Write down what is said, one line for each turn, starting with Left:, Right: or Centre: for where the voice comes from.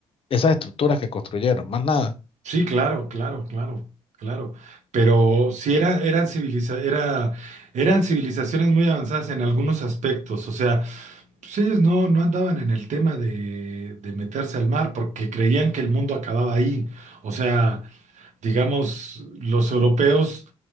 Left: esas estructuras que construyeron, más nada.
Right: Sí, claro, claro, claro, claro. Pero sí era, eran civiliza era, eran civilizaciones muy avanzadas en algunos aspectos. O sea, pues ellos no, no andaban en el tema de, de meterse al mar porque creían que el mundo acababa ahí. O sea, digamos, los europeos,